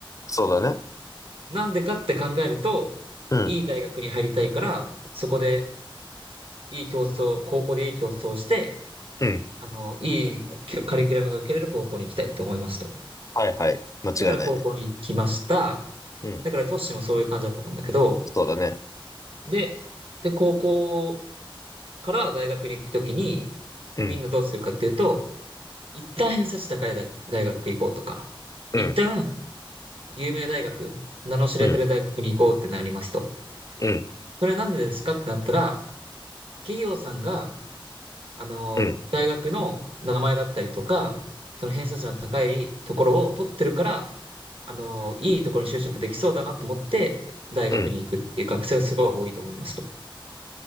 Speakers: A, on the left; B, on the right.
A: そうだね。
B: なんでかって考えると、
A: うん、
B: いい大学に入りたいから、そこでいい競争、高校でいい競争をして、
A: うん。
B: あの、いいきカリキュラムが受けれる高校に行きたいと思いますと。
A: はいはい。間違いないね。
B: だから高校に行きました。
A: うん、
B: だからトッシーもそういう感じだと思うんだけど、
A: そうだね。
B: で、で、高校から大学に行くときに、
A: うん、
B: みんなどうするかっていうと、一旦偏差値高い大大学行こうとか、
A: うん、
B: 一旦有名大学、名の知れてる大学に行こうってなりますと。
A: うん、うん、
B: それなんでですかってなったら、企業さんが、あの、
A: うん、
B: 大学の名前だったりとか、その偏差値の高いところを取ってるから、あの、いいところに就職できそうだなと思って、大学に行くっていう学生がすごい多いと思いますと。
A: うん、うん、